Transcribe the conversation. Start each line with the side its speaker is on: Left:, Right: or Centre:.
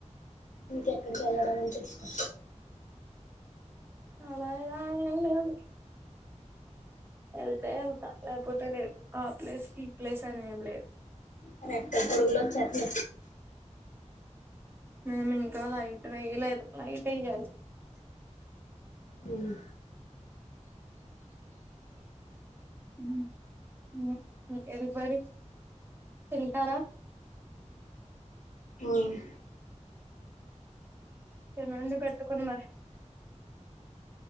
Left: మీకెక్కడికి ఎళ్ళడం అంటే ఇష్టం
Right: అలా ఇలా అనేం లేదు ఎళ్తే ఎళ్తా ల్యాపోత్ అంతే లేదు ఆ ప్లేస్ ఈ ప్లేస్ అని ఏం లేదు
Left: ఎ రేకాల పోడుగలో వచ్చ న
Right: మేము ఇంకో లైట్ వయలేదు లైట్ వయ్యాలి
Left: హ్మ్
Right: హ్మ్ హ్మ్ ఎవరీ బడీ తింటారా
Left: ఉమ్
Right: తినండి పెట్టుకుని మరి